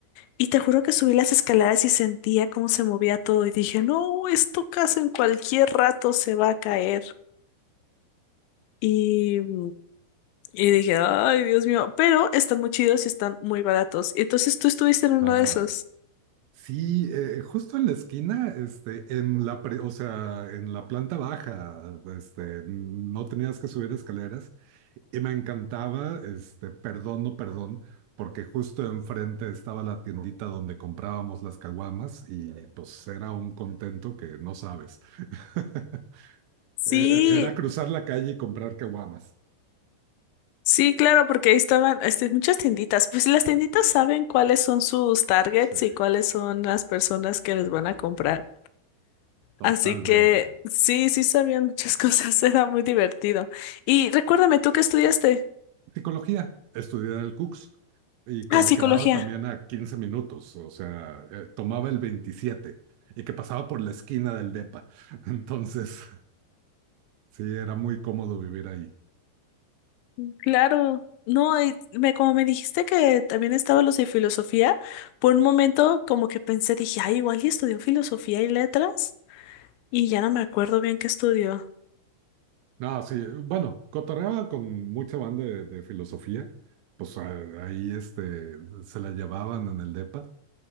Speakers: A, on the left; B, on the right.
A: y te juro que subí las escaleras y sentía cómo se movía todo y dije, no, esto casi en cualquier rato se va a caer. Y... mm, Y dije, ay, Dios mío, pero están muy chidos y están muy baratos. Y entonces tú estuviste en uno
B: Ah.
A: de esos.
B: Sí, eh, justo en la esquina, este, en la pre- o sea, en la planta baja, este, no tenías que subir escaleras Y me encantaba, este, perdón, no perdón, porque justo enfrente estaba la tiendita donde comprábamos las caguamas y pues era un contento que no sabes. <laughs>
A: Sí,
B: Eh, Era cruzar la calle y comprar caguamas.
A: sí, claro, porque ahí estaban este, muchas tienditas. Pues las tienditas saben cuáles son sus targets
B: Sí,
A: y cuáles son las personas que les van a comprar.
B: totalmente.
A: Así que sí, sí sabían muchas cosas, <laughs> era muy divertido. Y recuérdame, ¿tú qué estudiaste?
B: Psicología, estudié en el Cux y
A: Ah,
B: que me
A: psicología.
B: quedaba también a 15 minutos, o sea, eh, tomaba el 27 y que pasaba por la esquina del DEPA. <laughs> Entonces, sí, era muy cómodo vivir ahí.
A: Claro, no, y me, como me dijiste que también estaba los de filosofía, por un momento como que pensé, dije, ay, igual y estudió filosofía y letras, y ya no me acuerdo bien qué estudió.
B: No, sí, bueno, cotorreaba con mucha banda de, de filosofía, pues a- ahí este, se la llevaban en el DEPA.